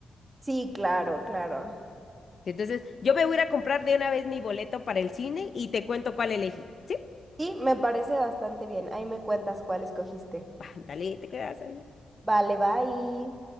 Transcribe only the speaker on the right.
Sí, claro, claro.
Sí, me parece bastante bien. Ahí me cuentas cuál escogiste.
Vale, bye.